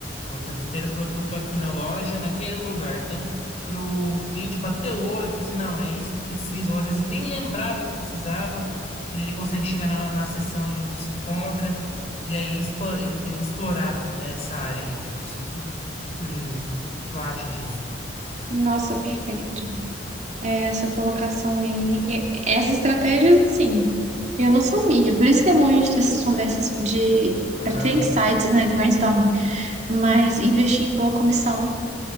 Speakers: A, on the left; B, on the right.
A: vamos ter o produto aqui na loja, naquele lugar. Então, para o cliente bater o olho, falar assim, não, é isso que eu preciso. Ou às vezes ele nem lembrava que precisava, e ele consegue chegar na, na sessão, a gente se encontra. E aí, expa- e- e explorar, né, essa área aí. O que que tu, tu- tu- o que que tu Tu acha disso?
B: Nossa, perfeito. é, essa colocação aí. É, As estratégias, assim, eu não sabia. Por isso que é bom a gente ter essas conversas de.
A: Aham.
B: para ter insights, né, de brainstorming. Mas investir em boa comissão,